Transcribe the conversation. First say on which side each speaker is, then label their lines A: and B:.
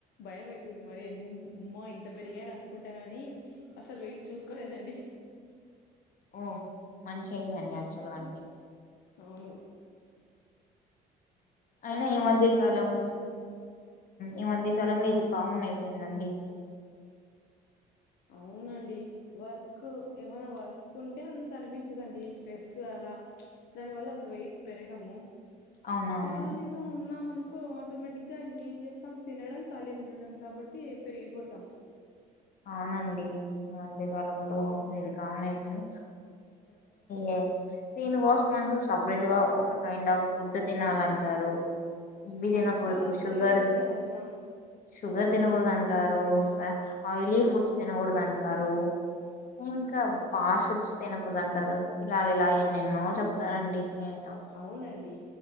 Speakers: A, on the left; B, on the left.
A: భయం అయితుంది మరి ఎ అమ్మో ఇంత పెరిగాని అనుకుంటానని అసలు వెయిట్ చూసుకోలేదండి
B: ఓ మంచి అయిత అండి యాక్చువల్ వానికి
A: అవును
B: అయినా
A: కాకపోతే
B: ఈ మధ్యకాలంలో
A: పెరిగాను
B: ఈ మధ్యకాలంలో ఇది కామన్ అయిపోయిందండి
A: అవునన్ వర్క్ ఏమైనా వర్క్ ఉంటే అంత అనిపించదండి స్ట్రెస్ అలా దాని వల్ల అంత వెయిట్ పెరగము
B: అవునవును
A: ఖాళీగా ఉన్నామ అనుకు కో ఆటోమేటిక్ గా ఇంకేం చేస్తాం తినడం ఖాళీ ఉండడం కాబట్టి పెరిగిపోతాం
B: అవునండి ఈ మధ్యకాలముంలో ఇది కామన్ అయిపోయిది ఇ దీనికోసం అంటూ సపరేట్ గా ఒక కైండ్ ఆఫ్ ఫుడ్ తినాలంటారు ఇవి తినకూడదు
A: అస్సలు అవ్వలేదండి
B: షుగర్
A: నా వల్ల
B: షుగర్ తినకూడదు అంటారు. ఆయిలీ ఫుడ్స్ తినకూడదు అంటారు. ఇంకా ఫాస్ట్ ఫుడ్స్ తినకూడదు అంటారు ఇలా ఇలా ఎన్నెన్నో చెప్తారండి ఏంటో
A: అవునండి